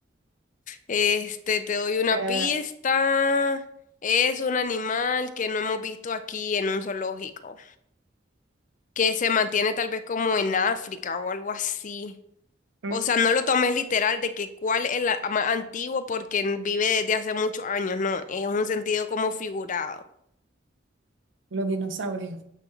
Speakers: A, on the left; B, on the right.
A: Este, te doy una
B: eh,
A: pista. Es un animal que no hemos visto aquí en un zoológico, que se mantiene tal vez como en África o algo así.
B: mm,
A: O sea, no lo tomes literal de que cuál es el a- más antiguo porque vive desde hace muchos años, no, es un sentido como figurado.
B: los dinosaurios.